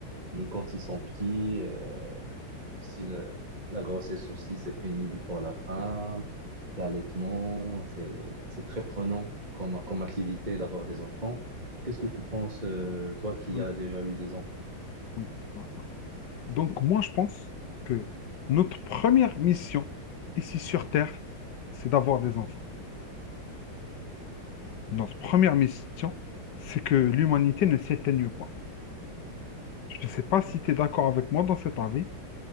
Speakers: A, on the right (about 20°); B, on the left (about 65°).
A: quand ils sont petits. euh, aussi, le- la grossesse aussi, c'est pénible pour la femme. L'allaitement, c'est, c'est très prenant comme, comme activité d'avoir des enfants. Qu'est-ce que tu penses, euh, toi qui
B: Oui,
A: as déjà eu des enfants?
B: oui, voilà Donc moi je pense que notre première mission ici sur Terre, c'est d'avoir des enfants. Notre première mission, c'est que l'humanité ne s'éteigne pas. Je ne sais pas si tu es d'accord avec moi dans cet avis.